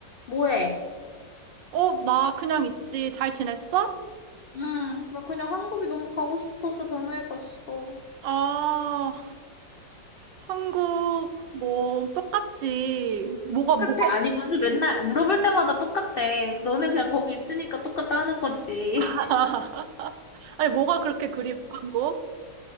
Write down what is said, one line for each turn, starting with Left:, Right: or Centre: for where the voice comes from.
Left: 뭐해?
Right: 어, 나 그냥 있지. 잘 지냈어?
Left: 응. 나 그냥 한국이 너무 가고 싶어서 전화해봤어.
Right: 아, 한국, 뭐, 똑같지. 뭐가,
Left: 똑같아?
Right: 뭐가,
Left: 아니, 무슨
Right: 그리-
Left: 맨날 물어볼 때마다 똑같대. 너는 그냥 거기 있으니까 똑같다는 거지.
Right: <laughs>
Left: <laughs>
Right: 아니, 뭐가 그렇게 그리워, 한국?